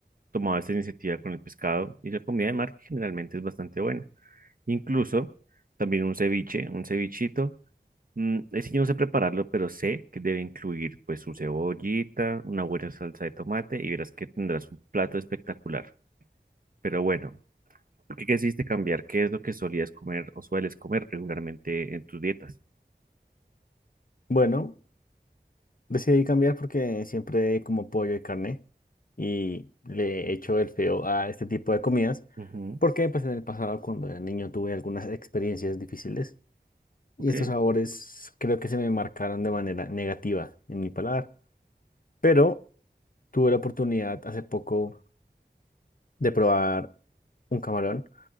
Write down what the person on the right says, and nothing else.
tomado esta iniciativa con el pescado y la comida de mar que generalmente es bastante buena. Incluso también un ceviche, un cevichito Mm, es que yo no sé prepararlo, pero sé que debe incluir pues su cebollita, una buena salsa de tomate y verás que tendrás un plato espectacular. Pero bueno, ¿por qué quisiste cambiar? ¿Qué es lo que solías comer o sueles comer regularmente en tus dietas?
Ujú,
Ok.